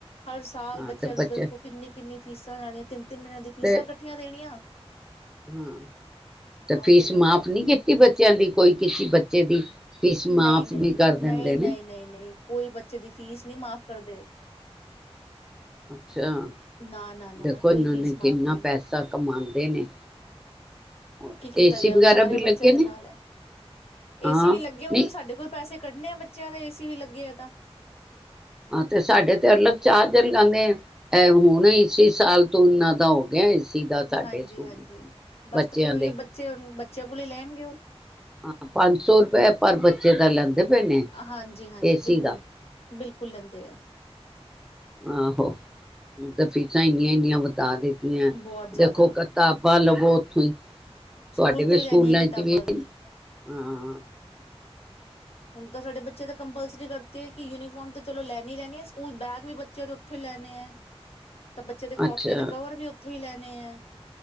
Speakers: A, on the left; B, in the centre.
A: ਹਰ ਸਾਲ
B: ਹਾਂ
A: ਬੱਚਿਆਂ
B: ਤੇ
A: ਨੂੰ
B: ਬੱਚੇ
A: ਦੇਖੋ ਕਿੰਨੀ ਕਿੰਨੀ ਪੀਸਣ ਆ ਤਿੰਨ ਤਿੰਨ ਮਹੀਨਿਆਂ ਦੀ ਫੀਸਾਂ
B: ਤੇ
A: ਕੱਠੀਆਂ ਦੇਣੀਆਂ
B: ਹਾਂ ਤੇ
A: ਔਰ
B: ਫੀਸ
A: ਫਿਰ ਆਪਣੇ
B: ਮਾਫ਼ ਨਹੀਂ ਕੀਤੀ ਬੱਚਿਆਂ ਦੀ ਕੋਈ ਕਿਸੇ ਬੱਚੇ ਦੀ ਫੀਸ
A: ਨਹੀਂ
B: ਮਾਫ਼
A: ਨਹੀਂ
B: ਵੀ ਕਰ ਦਿੰਦੇ
A: ਨਹੀਂ ਨਹੀਂ
B: ਨੇ
A: ਨਹੀਂ ਨਹੀਂ ਕੋਈ ਬੱਚੇ ਦੀ ਫੀਸ ਨਹੀਂ ਮਾਫ਼ ਕਰਦੇ
B: ਅੱਛਾ ਅੱਛਾ
A: ਨਾ ਨਾ ਨਾ
B: ਦੇਖੋ
A: ਨਾ ਕੋਈ
B: ਏੱਨਾਨੇ
A: ਫੀਸ ਮਾਫ਼
B: ਕਿੰਨਾ
A: ਨਹੀਂ
B: ਪੈਸਾ ਕਮਾਂਦੇ ਨੇ ਔਰ
A: ਕੀ ਕੀਤਾ
B: ਏਸੀ
A: ਜਾਏ ਹੁਣ
B: ਵਗੈਰਾ
A: ਸਾਰੇ
B: ਵੀ
A: ਬੱਚਿਆਂ
B: ਲੱਗੇ
A: ਦੇ
B: ਨੇ
A: ਨਾਲ ਹੈ
B: ਹਾਂ
A: ਏਸੀ ਵੀ ਲੱਗੇ ਓਹ
B: ਨਹੀਂ
A: ਵੀ ਸਾਡੇ ਕੋਲ ਪੈਸੇ ਕੱਢੇਨੇ ਏ ਬੱਚਿਆਂ ਦੇ ਏ-ਸੀ ਵੀ ਲੱਗੇ ਆ ਤਾਂ
B: ਹਾਂ ਤੇ ਸਾਡੇ ਤੇ ਅਲੱਗ ਚਾਰਜਰ ਲਗਾਉਦੇ ਆ ਇਹ ਹੁਣ ਈ ਸਾਲ ਤੋਂ ਇਨਾ ਦਾ ਹੋ ਗਿਆ ਚਿਦਾ ਸਾਡੇ
A: ਹਾਂਜੀ
B: ਸਕੂਲ
A: ਹਾਂਜੀ
B: ਵਿੱਚ
A: ਬਸ
B: ਬੱਚਿਆਂ
A: ਤੇ ਫਿਰ ਉਹੀ
B: ਦੇ
A: ਬੱਚੇ ਬੱਚਿਆਂ ਕੋਲ ਹੀ ਲੈਣਗੇ ਉਹ
B: ਹ ਪੰਜ ਸੌ ਰੁਪਏ ਪਰ ਬੱਚੇ ਦਾ ਲੈਂਦੇ ਪੈਨੇ
A: ਹਾਂਜੀ ਹਾਂਜੀ
B: ਏ-ਸੀ
A: ਬਿਲਕੁਲ
B: ਦਾ
A: ਬਿਲਕੁਲ ਲੈਂਦੇ ਐ
B: ਆਹੋ, ਤੇ ਫੀਸਾਂ ਇੰਨੀਆਂ ਇੰਨੀਆਂ ਵਧਾ ਦੇਤੀ
A: ਬਹੁਤ ਜ਼ਿਆਦਾ
B: ਦੇਖੋ ਕੱਤਾ ਬਾਹ ਲਵੋ ਉੱਥੋਂ ਹੀ
A: ਸਕੂਲ
B: ਤੁਹਾਡੇ ਵੀ
A: ਤੋਂ ਹੀ
B: ਸਕੂਲਾਂ
A: ਲੈਣੀਆਂ ਕਿਤਾਬਾਂ
B: ਚ
A: ਵੀ
B: ਹਾਂ
A: ਹੁਣ ਤਾਂ ਸਾਡੇ ਬੱਚਿਆਂ ਤਾਂ ਕੰਪਲਸਰੀ ਕਰਤੀ ਹੈ ਕਿ ਯੂਨੀਫਾਰਮ ਤਾਂ ਚਲੋ ਲੈਣੀ ਈ ਲੈਣਿ ਏ ਸਕੂਲ ਬੈਗ ਵੀ ਬੱਚਿਆਂ ਦੇ ਓਥੋ ਈ ਲੈਣੇ ਏ ਤਾਂ ਬੱਚੇ ਦੇ
B: ਅੱਛਾ
A: ਕਾਪੀਆਂ ਦੇ ਕਵਰ ਵੀ ਓਥੋਂ ਇ ਲੈਣ ਨੇ ਏ